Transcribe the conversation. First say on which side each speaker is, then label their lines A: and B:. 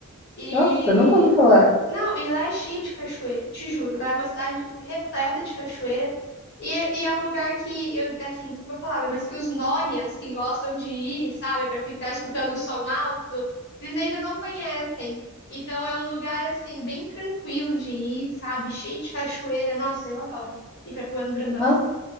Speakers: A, on the left; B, on the left.
A: E
B: Nossa, nunca ouvi falar.
A: Não, e lá é cheio de cachoeira, te juro. Lá é uma cidade repleta de cachoeira. E, é- e é um lugar que, eu, assim, desculpa a palavra, mas que os noias que gostam de ir, sabe, pra ficar escutando o som alto, eles ainda não conhecem. Então é um lugar, assim, bem tranquilo de ir, sabe, cheio de cachoeira. Nossa, eu adoro ir pra Plano Brandão.
B: Nossa,